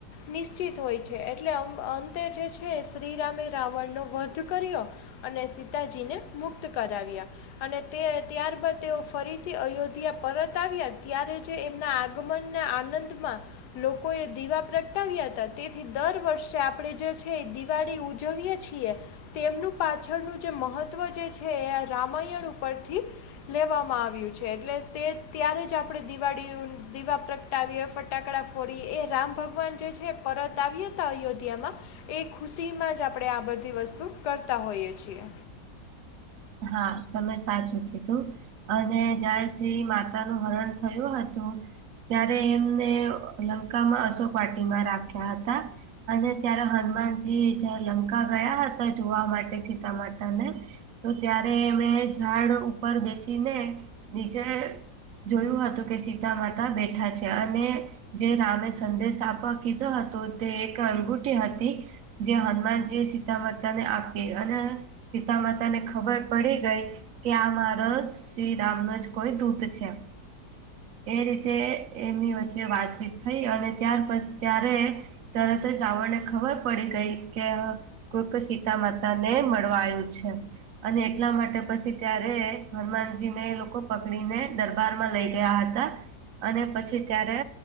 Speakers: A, on the left; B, on the right.
A: નિશ્ચિત હોય છે એટલે અમ અંતે જે છે. શ્રીરામે રાવણનો વધ કર્યો અને સીતાજીને મુક્ત કરાવ્યા. અને તે ત્યારબાદ તેઓ ફરીથી અયોધ્યા પરત આવ્યા, ત્યારે જે એમના આ ગમનના આનંદમાં લોકો એ દીવા પ્રગટાવ્યા હતા. તેથી દર વર્ષે આપડે જે છે દિવાળી ઉજવીએ છીએ. તેમનું પાછળનું જે મહત્વ જે છે એ રામાયણ ઉપરથી લેવામાં આવ્યું છે. એટલે તે ત્યારે જ આપડે દિવાળી દિવા પ્રગ ટાવીએ ફટાકડા ફોડીએ એ રામ ભગવાન જે છે પરત આવ્યા હતા અયોધ્યામાં એ ખુશીમાં જ આપડે આ બધી વસ્તુ કરતા હોઈએ છીએ.
B: હા તમે સાચું કીધું અને જ્યારે જે માતા નું હરણ થયું હતું ત્યારે એમને લંકામાં અશોક વાટીમાં રાખ્યા હતા. અને ત્યારે હનુમાનજી જ લંકા ગયા હતા જોવા માટે સીતામાતા ને તો ત્યારે એમડે ઝાડ ઉપર બેસીને નીચે જોયું હતું કે સીતા માતા બેઠા છે અને જે રામે સંદેશ આપવા કીધો હતો તે એક અંગુઠી હતી જે હનુમાનજી એ સીતા માતા ને આપી, અને સીતા માતા તને ખબર પડી ગઈ કે આ મારો જ શ્રીરામનો જ કોઈ દૂત છે. એ રીતે એમની વચ્ચે વાતચીત થઈ, અને ત્યાર પછ ત્યારે તરત જ રાવણને ખબર પડી ગઈ કે કુર્ક સીતા માતા ને મળવા આયું છે. અને એટલા માટે પછી ત્યારે હનુમાનજી ને એ લોકો પકડીને દરબારમાં લઈ ગયા હતા. અને પછી ત્યારે